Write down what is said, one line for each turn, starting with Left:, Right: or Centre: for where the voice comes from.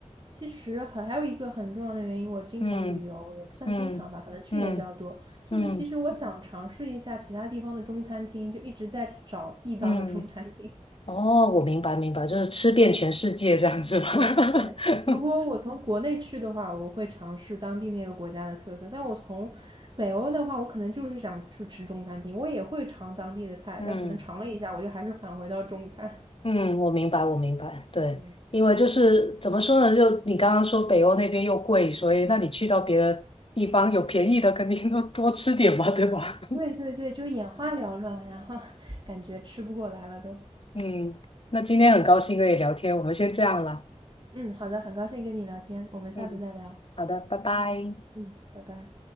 Right: 其实很还有一个很重要的原因，我经常旅游，
Left: 嗯
Right: 也不算经常吧，
Left: 嗯嗯
Right: 可能去年比较多。就是其实我想尝试一下其他地方的中餐厅，
Left: 嗯嗯。
Right: 就一直在找地道的中餐厅。
Left: 嗯
Right: <laughs>
Left: 哦，我明白明白，就是吃遍全世界这样子吧。<laughs>
Right: 对对，如果我从国内去的话，我会尝试当地那个国家的特色；但我从北欧的话，我可能就是想去吃中餐厅，我也会尝当地的菜，
Left: 嗯
Right: 但可能尝了一下，我就还是返回到中餐。
Left: 嗯，我明白我明白，对，
Right: 嗯，
Left: 因为就是怎么说呢，就你刚刚说北欧那边又贵，所以那你去到别的地方有便宜的，肯定都多吃点嘛，对吧？
Right: 对对对，就眼花缭乱，然后 <laughs> 感觉吃不过来了都。
Left: <laughs> 嗯，那今天很高兴跟你聊天，我们先这样了。
Right: 嗯，好的，很高兴跟你聊天，我们下次再聊，
Left: 嗯，好的，拜拜。
Right: 嗯。拜拜。